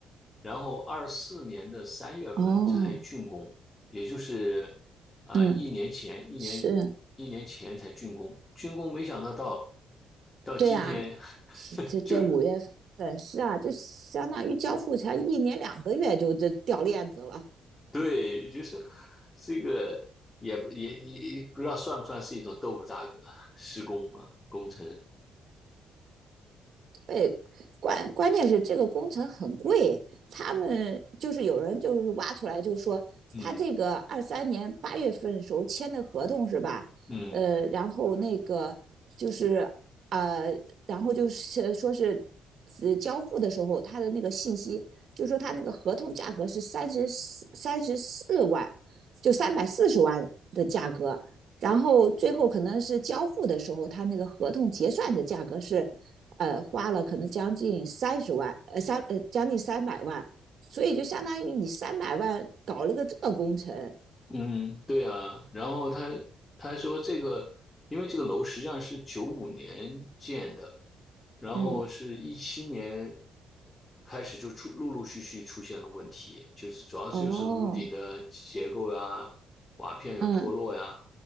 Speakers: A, on the left (about 20°); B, on the right (about 60°).
A: 然后二四年的三月份才竣工，
B: 哦，
A: 也就是啊、
B: 嗯。
A: 呃一年前一年一年前才竣工，
B: 是，
A: 竣工没想到到到今天
B: 对啊，是这这五月份是啊，
A: <laughs> 就
B: 就相当于交付才一年两个月就这掉链子了。
A: <laughs> 对，就是这个也也也不知道算不算是一种豆腐渣施工啊工程，
B: 对，关关键是这个工程很贵，他们就是有人就是挖出来就说他这个二三年八月份时候签的合同是吧？
A: 嗯嗯。
B: 呃，然后那个就是啊，然后就是说是呃交付的时候他的那个信息，就说他那个合同价格是三十四三十四万，就三百四十万的价格。然后最后可能是交付的时候，他那个合同结算的价格是，呃，花了可能将近三十万，呃三呃将近三百万，所以就相当于你三百万搞了个这个工程，
A: 嗯，对啊，然后他他说这个，因为这个楼实际上是九五年建的，然后是一七年
B: 嗯，
A: 开始就出陆陆续续出现了问题，就是主要就是屋顶的结构呀、
B: 哦，
A: 瓦片有脱落呀，
B: 嗯，